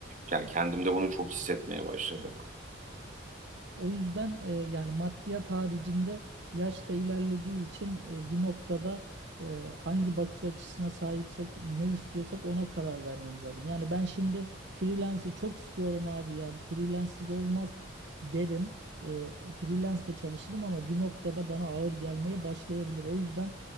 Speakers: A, on the right; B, on the right.
A: yani kendimde bunu çok hissetmeye başladım.
B: O yüzden e, yani maddiyat haricinde yaş da ilerlediği için e, bir noktada e, hangi bakış açısına sahipsek ne istiyorsak ona karar vermemiz lazım. Yani ben şimdi freelance'i çok istiyorum abi ya freelance'siz olmaz derim. E, freelance de çalışırım ama bir noktada bana ağır gelmeye başlayabilir. O yüzden